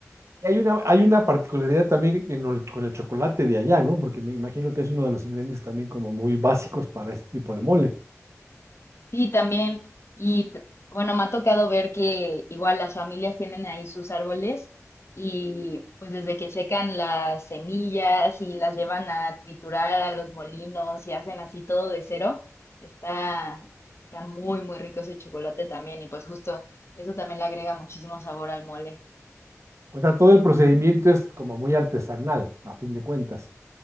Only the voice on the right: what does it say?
y hay una, hay una particularidad también en el- con el chocolate de allá, ¿no? Porque me imagino que es uno de los ingredientes también como muy básicos para este tipo de moles.
O sea, todo el procedimiento es como muy artesanal, a fin de cuentas.